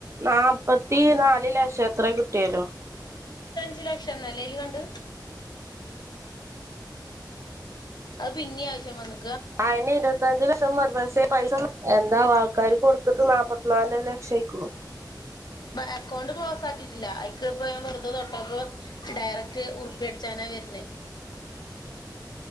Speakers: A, on the right; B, on the left.
A: നാപത്തി നാല് ലക്ഷം എത്ര കിട്ടിയോലോ
B: ത് ലക്ഷം എന്നല്ലേ അയ്ല് കണ്ട് അത് പിന്നീ ആവശ്യം വന്ന്
A: ആ ഇനി ഇരുപത്തഞ്ച് ല ക്ഷം <unintelligible> പക്ഷേ പൈസ എന്താ വാ ക്കാര് കൊടുത്തതും നാല്പ്പത്തിനാല് ലക്ഷം ആയ്ക്കുന്നു
B: അക്കൗണ്ട് ക്ലോസ് ആക്കിട്ടില്ല ഐക്ക് ഇപ്പ ഞാൻ വെർ തെ തൊട്ടപ്പോ ഡയറക്റ്റ് ഉറിപ്പിയടിച്ചാനാ വര്ണെ